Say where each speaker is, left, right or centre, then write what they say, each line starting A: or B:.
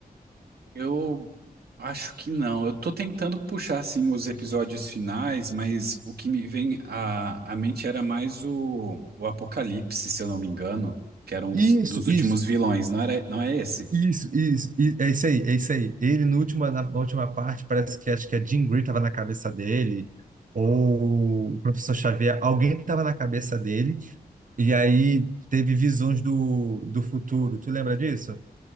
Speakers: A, on the right; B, on the right.
A: Eu acho que não. Eu tô tentando puxar, assim, os episódios finais, mas o que me vem à, à mente era mais o, o Apocalipse, se eu não me engano, que era um dos,
B: Isso,
A: dos últimos
B: isso.
A: vilões, não era, não é esse?
B: Isso, isso, e- é isso aí, é isso aí. Ele, no última, na, na última parte, parece que acho que a Jean Grey estava na cabeça dele, ou o professor Xavier, alguém estava na cabeça dele, e aí teve visões do, do futuro. Tu lembra disso?